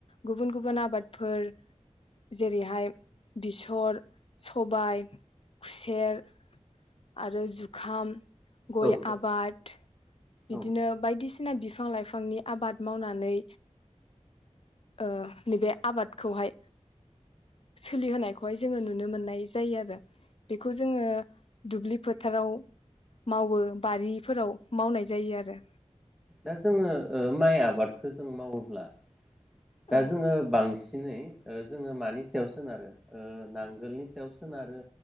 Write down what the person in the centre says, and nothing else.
औ औ
औ
दा जोङो ओ माइ आबादखौ जों मावोब्ला दा
जोङो बांसि सिनै ओ जोङो मानि सायाव सोनारो ओ नांगोलनि सायाव सोनारो